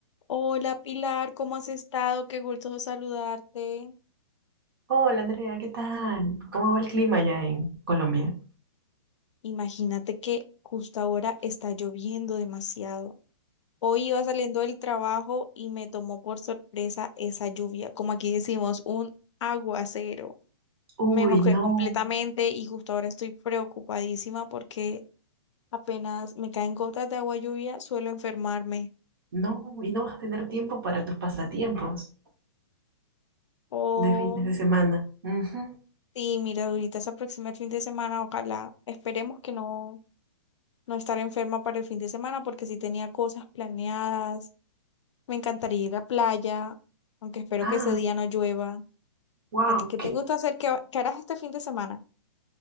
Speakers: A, on the left (about 80°); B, on the right (about 50°).
A: Hola Pilar, ¿cómo has estado? Qué gusto saludarte.
B: Hola Andrea, ¿qué tal? ¿Cómo va el clima allá en Colombia?
A: Imagínate que justo ahora está lloviendo demasiado. Hoy iba saliendo del trabajo y me tomó por sorpresa esa lluvia, como aquí decimos, un aguacero.
B: Uy,
A: Me mojé
B: no,
A: completamente y justo ahora estoy preocupadísima porque apenas me caen gotas de agua lluvia, suelo enfermarme.
B: no, y no vas a tener tiempo para tus pasatiempos
A: Oh,
B: de fines de semana. Ujú.
A: sí, mira, ahorita se aproxima el fin de semana, ojalá, esperemos que no. no estar enferma para el fin de semana porque sí tenía cosas planeadas. Me encantaría ir a playa, aunque espero
B: Ah,
A: que ese día no llueva.
B: wow,
A: ¿A ti qué
B: que
A: te gusta hacer? ¿Qué, qué harás este fin de semana?